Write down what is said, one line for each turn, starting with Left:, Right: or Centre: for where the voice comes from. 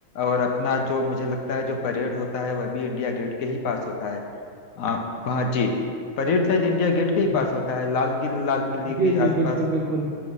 Left: और अपना जो मुझे लगता है जो परेड होता है वह भी इंडिया गेट के ही पास होता है आप हाँ जी परेड शायद इंडिया गेट
Right: जी
Left: के ही पास होता है लाल किले लाल किले के
Right: जी जी
Left: आसपास
Right: बिल्कुल बिल्कुल